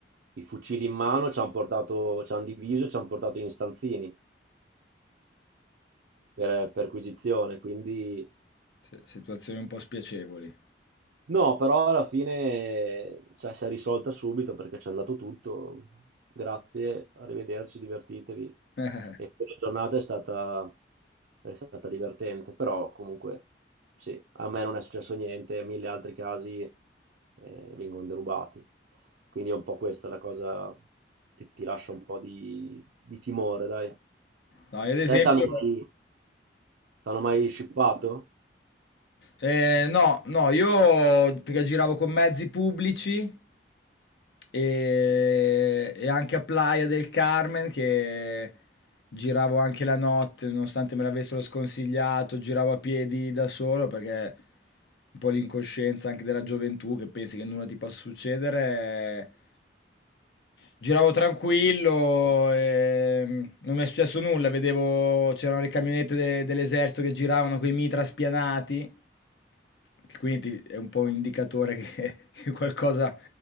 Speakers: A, on the right; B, on the left.
A: i fucili in mano, ci hanno portato, ci hanno diviso, ci hanno portato in stanzini per perquisizione, quindi
B: Sì, situazioni un po' spiacevoli.
A: No, però alla fine, cioè, si è risolta subito perché c'è andato tutto. Grazie, arrivederci, divertitevi.
B: <laughs>
A: E la giornata è stata, è stata divertente, però comunque sì, a me non è successo niente, mille altri casi eh, vengono derubati. Quindi è un po' questa la cosa che ti lascia un po' di, di timore, dai.
B: No, io ad esempio
A: Te t'hanno mai, t'hanno mai shippato?
B: Eh, no, no, io perché giravo con mezzi pubblici e, e anche a Playa del Carmen che giravo anche la notte, nonostante me l'avessero sconsigliato, giravo a piedi da solo perché un po' l'incoscienza anche della gioventù che pensi che nulla ti possa succedere. Giravo tranquillo, e non mi è successo nulla, vedevo c'erano le camionette de- dell'esercito che giravano con i mitra spianati che quindi ti- è un po' un indicatore che, <laughs> che qualcosa